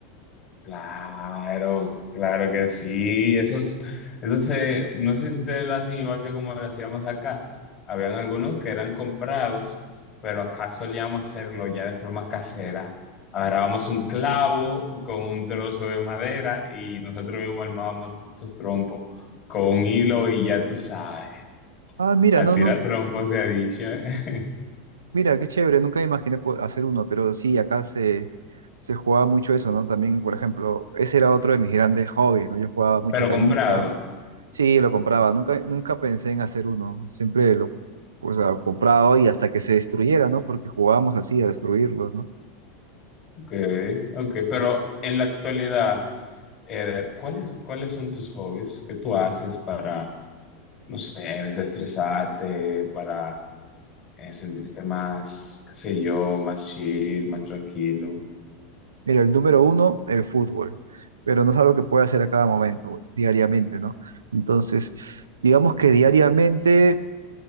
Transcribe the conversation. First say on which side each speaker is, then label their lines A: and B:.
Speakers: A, on the left; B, on the right.
A: Claro, claro que sí. Esos, esos se, no sé si ustedes lo hacen igual que como lo hacíamos acá. Habían algunos que eran comprados, pero acá solíamos hacerlo ya de forma casera. Agarrábamos un clavo con un trozo de madera y nosotros mismos armábamos nuestros trompos con un hilo y ya tú sabes.
B: Ah, mira,
A: A
B: no,
A: tirar
B: no,
A: trompos se ha dicho, <laughs>
B: mira, qué chévere, nunca me imaginé po- hacer uno, pero sí, acá se, se jugaba mucho eso, ¿no? También, por ejemplo, ese era otro de mis grandes hobbies, ¿no? Yo jugaba mucho
A: Pero
B: canicas,
A: comprado.
B: sí, lo compraba, nunca, nunca pensé en hacer uno, siempre lo, o sea, compraba y hasta que se destruyera, ¿no? Porque jugábamos así, a destruirlos, ¿no?
A: Ok, ok, pero en la actualidad, Eder, ¿cuáles, cuáles son tus hobbies? ¿Qué tú haces para, no sé, desestresarte, para eh, sentirte más, qué sé yo, más chill, más tranquilo?
B: Mira, el número uno, el fútbol, pero no es algo que pueda hacer a cada momento, diariamente, ¿no? Entonces, digamos que diariamente